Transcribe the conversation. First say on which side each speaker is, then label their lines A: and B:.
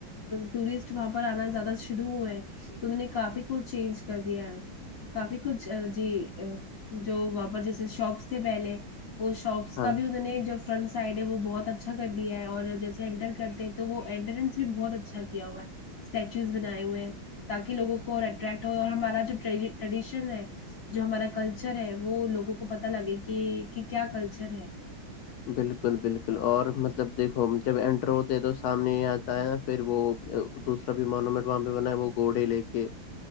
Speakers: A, on the left; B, on the left.
A: ٹورسٹ وہاں پر آنا زیادہ شروع ہوئے ہیں تو انہ نے کافی کھ چینج کر دیا ہے کافی کچھ جی جو وہاں پر جس شاپس تھے پہلے وہ شاپس
B: ہاں
A: کا بھی انہوں نے جب فرنٹ سائڈ ہے وہ بہت اچھا کر دیا ہے اور جیسے انٹر کرتے ہیں تو وہ انٹرنس بھی بہت اچھا کیا ہوا ہے اسٹیچوز بنائے ہوئے ہیں تاکہ لوگوں کو اور اٹریکٹ ہو اور ہمارا جو ٹریڈیشن ہے جو ہمارا کلچر ہے وہ لوگوں کو پتا لگے کہ کہ کیا کلچر ہے
B: بالکل بالکل اور مطلب دیکھو جب انینٹر ہوتے ہیں تو سامنے ہی آتا ہے پھر وہ دوسرا بھی مونومینٹ وہاں پہ بنا وہ گھوڑے لے کے